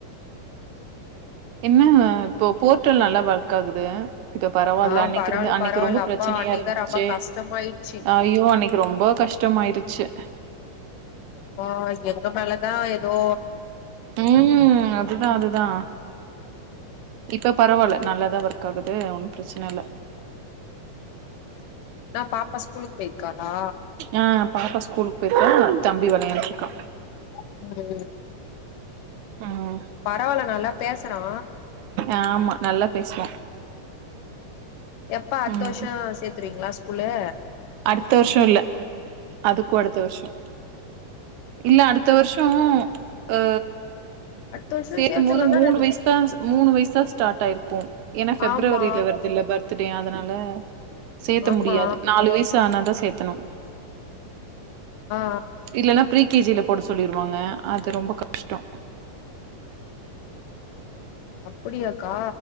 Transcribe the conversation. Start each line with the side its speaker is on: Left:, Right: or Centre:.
Right: இல்லங்க இப்போ போர்ட்டல் நல்லா ஓர் க்காகுது அ இப்ப பரவால்ல
Left: ஆ
Right: அன்னைக்கு
Left: பரவால்ல
Right: இருந்து அன்னைக்கு
Left: பரவால்ல
Right: ரொம்ப பிரச்சனையா
Left: அப்பா அன்னைக்குதா
Right: இருந்துச்சே
Left: ரொம்ப கஷ்டமாயிடுச்சு
Right: ஐயோ அன்னைக்கு ரொம்ப கஷ்டமாயிருச்சு
Left: அப்ப எங்க மேலதா எதோ
Right: ம் அதுதா அதுதா இப்ப பரவால்ல நல்லாதா ஒர்க் ஆகுது ஒன்னு பிரச்சன இல்ல
Left: ஆ பாப்பா ஸ்கூலுக்கு போய்ர்க்காளா
Right: ஆ பாப்பா ஸ்கூலுக்கு போய்ர்க்கா தம்பி விளையாட்ருக்கா
Left: ம்
Right: ம்
Left: பரவால நல்லா பேசுறா
Right: ஆமா நல்லா பேசுவா
Left: எப்ப அடுத்த
Right: ம்
Left: வருஷோ சேத்துருவீங்களா ஸ்கூல்லு
Right: அடுத்த வருஷோ இல்ல அதுக்கு அடுத்த வருஷோ இல்ல அடுத்த வருஷோ அ
Left: அடுத்த வருஷோ
Right: சேத்தும்
Left: சேத்துர்லாந்தா
Right: போது மூணு
Left: நெனை
Right: வயஸ்தா மூணு வயசு தா ஸ்டார்ட் ஆயிருக்கு ஏனா ஃபெப்ரவரில
Left: ஆமா
Right: வர்துல்ல பத் த்துடே அதனால சேத்த
Left: ஆமா
Right: முடியாது நாலு வயசு ஆனா தா சேத்தணு
Left: ஆ ஆ
Right: இல்லன்னா ப்ரீ கேஜ்ல போட சொல்லிருவாங்க அது ரொம்ப கஷ்டோ
Left: அப்டியாக்கா